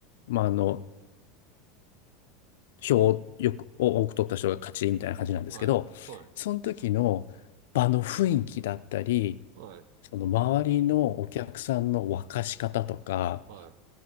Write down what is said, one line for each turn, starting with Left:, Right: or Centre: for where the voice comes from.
Left: まあ、あの、票をよく、を多く取った人が勝ちみたいな感じなんですけど、
Right: はい。はい。
Left: その時の場の雰囲気だったり、
Right: はい。
Left: その周りのお客さんの沸かし方とか、
Right: は